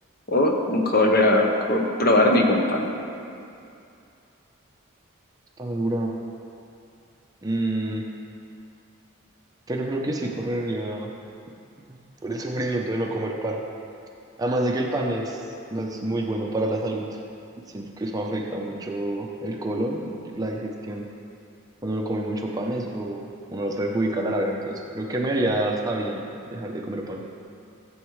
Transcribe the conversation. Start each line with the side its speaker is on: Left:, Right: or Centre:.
Left: o nunca volver a co- probar ningún pan?
Right: Está dura. Mm, pero creo que sí correría por el sufrimiento de no comer pan. Además de que el pan es, no es muy bueno para la salud. Siento que eso afecta mucho el colon y la digestión. Cuando uno come mucho pan, eso uno lo perjudica a la larga. Entonces, creo que me haría hasta bien dejar de comer pan.